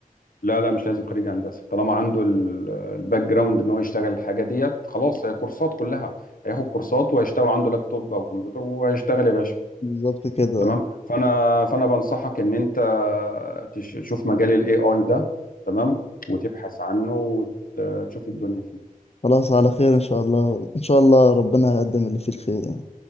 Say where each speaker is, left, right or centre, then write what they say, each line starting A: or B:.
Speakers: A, on the left; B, on the left.
A: لا لا مش لازم خريج هندسه طالما عنده ال- الباك جراوند ان هو يشتغل الحاجه ديت خلاص هي كورسات كلها هياخد كورسات وهيشتغل عنده لابتوب او كمبيوتر وهيشتغل يا باشا
B: بالظبط كده
A: تمام فانا فانا بنصحك ان انت تش- تشوف مجال الاي اي ده تمام وتبحث عنه وتشوف الدنيا فيه
B: خلاص على خير إن شاء الله إن شاء الله ربنا هيقدم اللي فيه الخير يعني